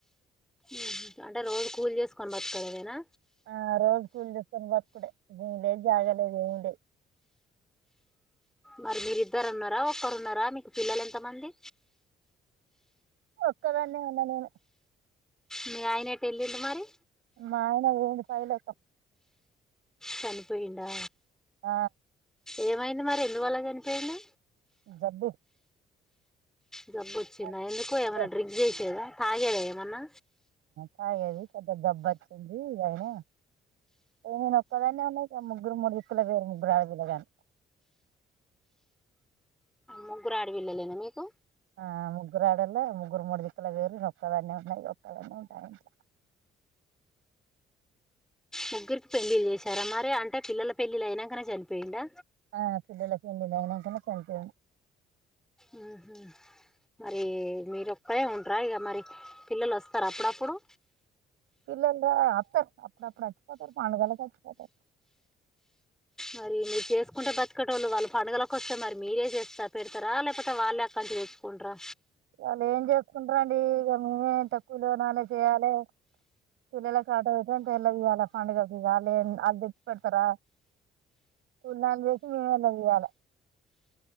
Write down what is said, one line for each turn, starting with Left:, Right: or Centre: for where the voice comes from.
Centre: మ్మ్ అంటే రోజు కూలి చేసుకొని బతకడమేనా
Right: ఆ రోజు కూల్ చూసుొని బతుకుడే భూమి లేదు జాగలేదు ఏమి లేదు
Centre: మరి మీరిద్దరు ఉన్నారా ఒక్కరు ఉన్నారా మీకు పిల్లలు ఎంతమంది
Right: ఒక్కదాన్నే ఉన్న నేను
Centre: మీ ఆయన ఎటు ఎల్లిండు మరి
Right: మా ఆయన పోయిండు పై లోకం
Centre: చనిపోయిండా
Right: ఆ
Centre: ఏమైంది మరి ఎందువల్ల చనిపోయిండు
Right: జబ్బు
Centre: జాబ్ వచ్చిందా
Right: ఆ,
Centre: ఎందుకు
Right: పెద్ద,
Centre: ఏమైనా డ్రింక్ చేసేదా తాగేదా ఏమన్నా
Right: తాగేది కొద్ద జబ్బు వచ్చింది అయినా నేను ఒక్కదాన్నే ఉన్నాయి ముగ్గురు మూడు దిక్కుల పెరిగిర్రు ముగ్గురు ఆడపిల్లగాళ్ళు
Centre: ముగ్గురు ఆడపిల్లలేనా మీకు
Right: ఆ ముగ్గురు ఆడోళ్ళు ముగ్గురు మూడిదిక్కలా పోయెరు నేనొక్కదాన్నే ఉన్న ఒక్కదాన్నే ఉంటా ఇగా ఆ ఇంట్ల
Centre: ముగ్గురికి పెళ్లిళ్లు చేశారా మరి అంటే పిల్లల పెళ్లి అయినాకనే చనిపోయిండా
Right: ఆ పిల్లలకి ఎన్నిళ్ళు <unintelligible>
Centre: ఉహ మరి మీర ఒక్కరే ఉంటరా ఇగా మరి పిల్లలు వస్తారు అప్పుడప్పుడు
Right: పిల్లలా వాతర్ అప్పుడప్పుడు వచ్చి పోతారు పండగలకు వచ్చి పోతారు
Centre: మరి మీరు చేసుకుంటే బతికేటోళ్లు వాళ్ళు పడుగలకు వస్తే మరి మీరే చేస్తా పెడతారా లేకపోతే వాళ్ళే అక్కడినుంచి తెచ్చుకుంటారా
Right: వాళ్ళు ఏం చేస్తురన్ ఇక మేమె ఇంత కూలోనాలో చేయాలే పిల్లలకు అటో ఇటో ఇంతఎలా తీయాలే పండగకు వాలే వాళ్ళు తెచ్చి పెడతారా పూర్ణలు చేసి మేమే ఎల్లదీయాల